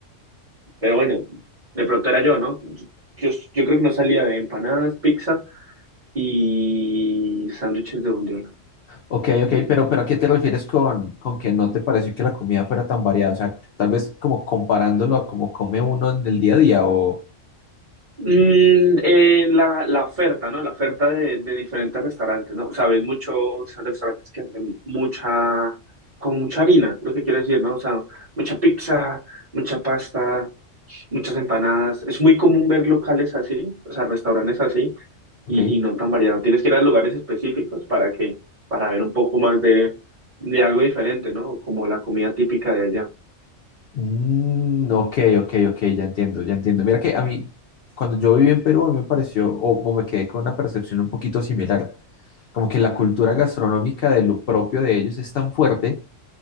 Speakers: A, on the right; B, on the left.
A: pero bueno, de pronto era yo, ¿no? Yo, yo yo creo que no salía de empanadas, pizza. y sándwiches de bondiola.
B: Ok, ok, pero, pero ¿a qué te refieres con, con que no te pareció que la comida fuera tan variada? O sea, tal vez como comparándolo a cómo come uno en el día a día o...
A: Mm, eh, la, la oferta, ¿no? La oferta de, de diferentes restaurantes, ¿no? o sea ves muchos restaurantes que venden mucha, con mucha harina, lo que quiero decir, ¿no? O sea, mucha pizza, mucha pasta, muchas empanadas. Es muy común ver locales así, o sea, restaurantes así,
B: Ok.
A: y, y no tan variado. Tienes que ir a lugares específicos para que, para ver un poco más de, de algo diferente, ¿no? Como la comida típica de allá.
B: Mm, ok, ok, ok, ya entiendo, ya entiendo. Mira que a mí, cuando yo viví en Perú, a mí me pareció, o, o me quedé con una percepción un poquito similar, como que la cultura gastronómica de lo propio de ellos es tan fuerte